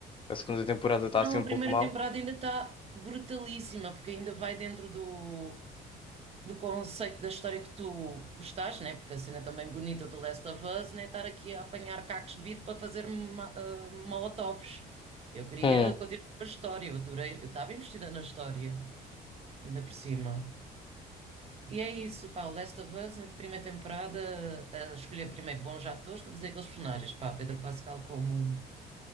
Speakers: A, on the left; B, on the right.
A: a segunda temporada está
B: não,
A: assim um
B: a primeira
A: pouco mal.
B: temporada ainda está brutalíssima, porque ainda vai dentro do. do conceito da história que tu gostaste, né? Porque a cena também bonita do Last of Us, né? Estar aqui a apanhar cacos de vidro para fazer ma ah, molotovs. Eu queria
A: Hum.
B: era continuar com a história, eu adorei, eu estava investida na história, ainda por cima. E é isso, pá, o Last of Us, na primeira temporada, a escolher primeiro bons atores para fazer aqueles personagens, pá, Pedro Pascal como,